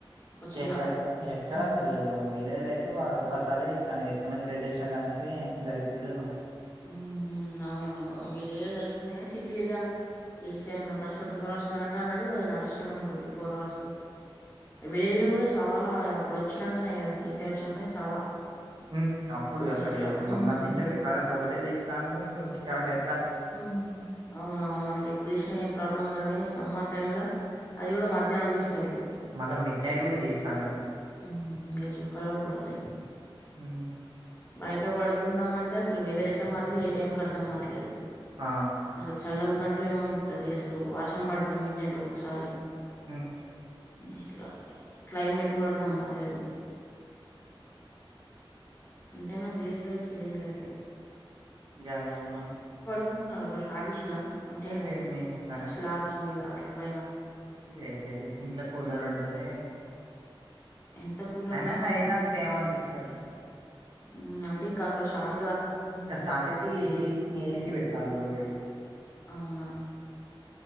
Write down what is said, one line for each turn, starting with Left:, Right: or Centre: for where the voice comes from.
Left: చిన్న
Right: ఎక్కడ ఎక్కడ
Left: హ్మ్.
Right: అసలు విలేజిలో అయితే వాడు పది సార్లు పిలతాడ్ రేవంత్ రెడ్డి వచ్చిన కాన్నించి దరిద్రుడు
Left: ఉ ఉ అవునవును విలెజిలో జరుగుతుంది కానీ సిటీ లేగా కేసీఆర్ బాసువంట్ ఫోరస్ కరెంట్ అన్నాడు అది నడుస్తునే ఉంది. ట్వంటీ ఫోర్ అవర్స్ విలేజ్ లో కూడా చాలా వచ్చినంకనే కదా కేసిఆర్ వచ్చినం చాలా
Right: ఉమ్ అప్పుడు
Left: కరెంట్
Right: అసలు
Left: హ్మ్.
Right: మొన్నటి నుంచి అయితే కరెంట్ ఒకటే తీత్తండు చికాకులె
Left: హుమ్మ్ అవునవును మనకి ఎప్పుడు చూసినా ఏం ప్రాబ్లం కాదు గాని సమ్మర్ టైంలో అది కూడా మధ్యాహ్నం ఇత్తంరు
Right: మన మె నేను కూడ తీస్తున్న
Left: హు ఇక చుక్కలు అవు పడతాయి
Right: హు
Left: బయట పడుకుందాం అంటే, అసలు వేదరెట్లా మారేది ఏ టైంకి అర్థం కాట్లేదు.
Right: ఆ!
Left: అసలు చల్లగ ఉన్నట్టు. అట్లే ఉంటది. అసలు వర్షం పడుతుంది. మిడ్ నైట్ ఒకొక్కసారి
Right: ఉహు
Left: ఇట్లా క్లైమేట్ కూడా అర్థం కాట్లేదు ఎంతైనా విలేజ్ లైఫ్ విలేజ్ లైఫే
Right: ఐ అవును
Left: కుంటున్నారా బ్రో స్టార్ట్ చిల్లా అంటే
Right: ఏ లేదు మేము ఇంట్లోనే.
Left: స్లాబ్స్ మీద అట్ల అట్ల పైన
Right: లేదు లేదు ఇంట్ల కూలర్ ఉంటది
Left: ఎంత కూలరున్నా
Right: అయిన నైట్ అంత ఏం అనిపిస్తలే
Left: ఊమ్ అంటే ఇంకా అస షార్ట్
Right: ఇంకా స్టార్ట్ అయితే ఏసీ ఏసీ పెట్టాలె రోజు ఇగ
Left: అవునా